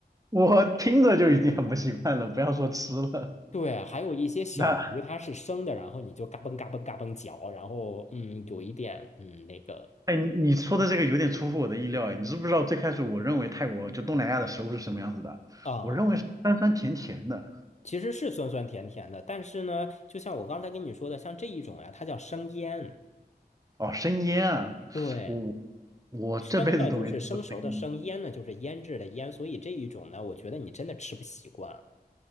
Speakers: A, on the right (about 20°); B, on the left (about 45°).
A: 我听着就已经很不习惯了，不要说吃了。
B: 对，还有一些小鱼它是生的，
A: 那
B: 然后你就嘎嘣嘎嘣嘎嘣嚼，然后嗯，有一点嗯那个
A: 哎，你你说的这个有点出乎我的意料哎，你知不知道最开始我认为泰国就东南亚的食物是什么样子的？
B: 啊。
A: 我认为是酸酸甜甜的，
B: 其实是酸酸甜甜的，但是呢，就像我刚才跟你说的，像这一种呀，它叫生腌。
A: 哦，生腌啊，
B: 对，
A: 我我这辈子都没吃过生腌。
B: 生呢就是生熟的生，腌呢就是腌制的腌，所以这一种呢，我觉得你真的吃不习惯。